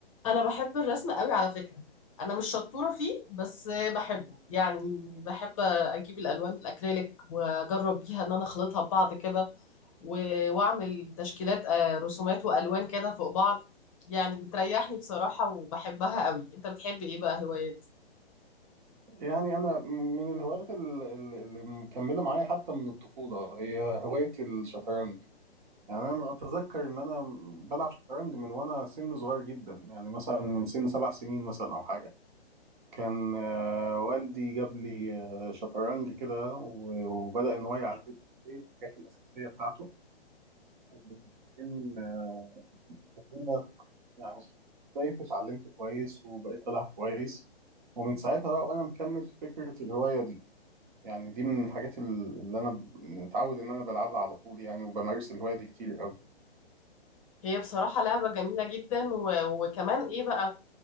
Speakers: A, on the left (about 30°); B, on the right (about 50°).
A: انا بحب الرسم قوي على فكرة انا مش شطورة فيه بس بحبه يعني بحب اجيب الالوان الاكريليك واجرب بيها ان انا اخلطها ببعض كده و- واعمل تشكيلات آه، رسومات والوان كده فوق بعض يعني بتريحني بصراحة وبحبها قوي انت بتحب ايه بقى هوايات
B: يعني انا من الهوايات ال- ال- اللي مكمله معايا حتى من الطفوله هي هوايه الشطرنج يعني انا اتذكر ان انا بلعب شطرنج من وانا سن صغير جدا يعني مثلا من سن سبع سنين مثلا او حاجه كان آه، والدي جاب لي آه، شطرنج كده و- وبدا ان هو يعلمني عليه الحاجات الاساسيه بتاعته وبعدين آه، هو يعني بقيت اتعلمت كويس وبقيت بلعب كويس ومن ساعتها بقى وانا مكمل في فكره الهوايه دي يعني دي من الحاجات ال- اللي انا ب- متعود ان انا بلعبها على طول يعني وبمارس الهوايه دي كتير قوي
A: هي بصراحة لعبة جميلة جدا و... وكمان ايه بقى